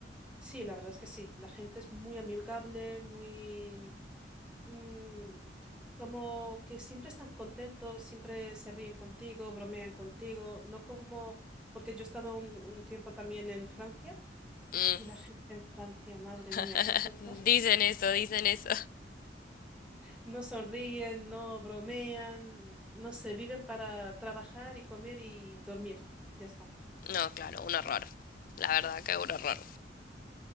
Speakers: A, in the centre; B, on the left.
A: sí, la verdad es que sí, la gente es muy amigable, muy... mm, como que siempre están contentos, siempre se ríen contigo, bromean contigo, no como... Porque yo he estado un un tiempo también en Francia.
B: Mm.
A: Y la gente en Francia, madre mía,
B: <laughs>
A: qué cosas.
B: Dicen eso, dicen eso.
A: No sonríen, no bromean, no se viven para trabajar y comer y dormir. Ya está.
B: No, claro, un horror. La verdad que un horror.